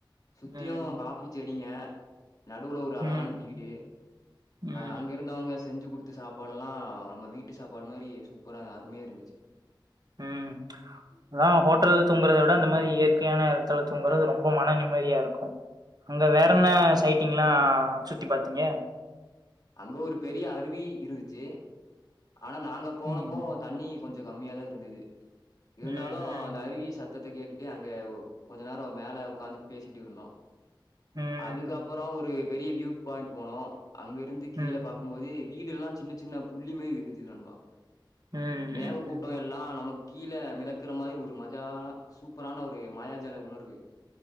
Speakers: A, on the left (about 45°); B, on the right (about 50°).
A: சுத்தியு
B: ம்
A: காஃபி செடிங்க நடுவுல ஒரு
B: ம்
A: அழகான வீடு
B: ம்
A: அங்க இருந்தவங்க செஞ்சு குடுத்து சாப் பாடுல்லா நம்ம வீட்டு சாப்பாடு மாரி சூப்பரா அருமையா இருந்துச்சு
B: ம் அதா ஹோட்டல்ல தூங்குறத விட இந்த மாரி இயற்கையான இடத்துல தூங்குறது ரொம்ப மன நிம்மதியா இருக்கு அங்க வேற என்ன சைட்டிங்லா சுத்தி பாத்தீங்க
A: அங்க ஒரு பெரிய அருவி இருந்துச்சு ஆனா நாங்க போனப்போ
B: ம்
A: தண்ணி கொஞ்சோ கம்மியாதா இருந்துது இருந்தாலு
B: ம் ம்
A: அந்த அருவி சத் தத்த கேட்டுட்டு அங்க கொஞ்சோ நேர மேல உக்காந்து பேசிட்டு இருந்தோ
B: ம்
A: அதுக்கப்பற ஒரு பெரிய வியூ பாயிண்ட் போனோ அங்க இருந்து கீழ
B: ம்
A: பாக் கும் போது வீடுல்லா சின்ன சின்ன புள்ளி மாரி இருந்துச்சு நண்பா
B: ம்
A: மேக
B: ம்
A: கூட்டோ எல்லா நமக்கு கீழ மெதக்குற மாரி ஒரு மஜாவா சூப்பரான ஒரு மாயாஜல உணர்வு